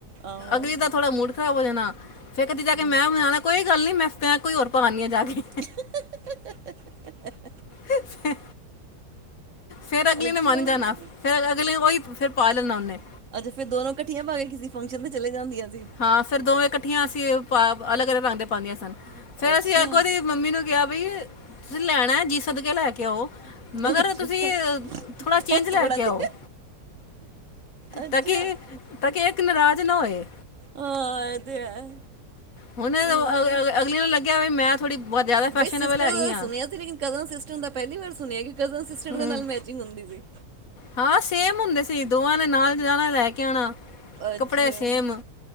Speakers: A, on the right; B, on the left.
A: ਆਹੋ
B: ਅਗਲੀ ਦਾ ਥੋੜਾ ਮੂਡ ਖ਼ਰਾਬ ਹੋ ਜਾਣਾ, ਫੇਰ ਕਦੀ ਜਾ ਕੇ
A: ਹਮ
B: ਮੈਂ ਓਨੂੰ ਲੈ ਆਣਾ- ਕੋਈ ਗੱਲ ਨਹੀਂ, ਮੈਂ ਸਟੈਕ ਕੋਈ ਹੋਰ ਪਾ ਆਨੀਂ ਆ ਜਾ ਕੇ।
A: ਹਾ ਹਾ ਹਾ ਹਾ
B: ਹਾ ਹਾ ਫੇਰ ਅਗਲੀ
A: ਅੱਛਾ
B: ਨੇ ਮੰਨ ਜਾਣਾ, ਫੇਰ ਅਗਲੀ ਉਹੀ ਫੇਰ ਪਾ ਲੈਣਾ ਓਨੇ।
A: ਅੱਛਾ ਫੇਰ ਦੋਨੋ ਕੱਠੀਆਂ ਭਾਵੇਂ ਕਿਸੇ ਫੰਕਸ਼ਨ ਤੇ ਚਲੇ ਜਾਂਦੀਆਂ ਸੀ।
B: ਹਾਂ ਫੇਰ ਦੋਵੇਂ ਕੱਠੀਆਂ ਅਸੀਂ ਪਾ ਅਲੱਗ-ਅਲੱਗ ਰੰਗ ਦੇ ਪਾਉਂਦੀਆਂ ਸਨ। ਫੇਰ
A: ਅੱਛਾ
B: ਅਸੀਂ ਅੱਗੋਂ ਦੀ ਮੰਮੀ ਨੂੰ ਕਿਹਾ ਬਈ, ਤੁਸੀਂ ਲੈਣਾ ਜੀ ਸਦ ਕੇ ਲੈ ਕੇ ਆਓ। ਮਗਰ
A: ਅੱਛਾ
B: ਤੁਸੀਂ, ਥੋੜ੍ਹਾ ਚੇਂਜ
A: ਉਹ
B: ਲੈ
A: ਥੋੜਾ
B: ਕੇ ਆਓ।
A: ਤੇ ਅੱਛਾ
B: ਤਾਂ ਕਿ, ਤਾਂ ਕਿ ਇੱਕ ਨਰਾਜ਼ ਨਾ ਹੋਏ।
A: ਹਾਂ ਇਹ ਤੇ ਹੈ
B: ਹੁਣ
A: ਹਾਂ।
B: ਅਵ-ਅਵ -ਅਵ -ਅਗਲੀ ਨਾਲ ਲੱਗਿਆ ਵੀ ਮੈਂ ਥੋੜੀ ਬਹੁਤ ਜ਼ਿਆਦਾ ਫੈਸ਼ਨੇਬਲ
A: ਬਈ ਸਿਸਟਰ
B: ਹੈਗੀ
A: ਦਾ
B: ਆਂ।
A: ਸੁਣਿਆ ਸੀ ਲੇਕਿਨ ਕਜ਼ਨ ਸਿਸਟਰ ਦਾ ਪਹਿਲੀ ਵਾਰ ਸੁਣਿਆ ਕਿ ਕਜ਼ਨ ਸਿਸਟਰ
B: ਹੂੰ
A: ਦੇ ਨਾਲ ਮੈਚਿੰਗ ਹੁੰਦੀ ਸੀ।
B: ਹਾਂ ਸੇਮ ਹੁੰਦੇ ਸੀ। ਦੋਵਾਂ ਨੇ ਨਾਲ ਜਾਣਾ, ਲੈ ਕੇ ਆਣਾ,
A: ਅੱਛਾ
B: ਕੱਪੜੇ ਸੇਮ।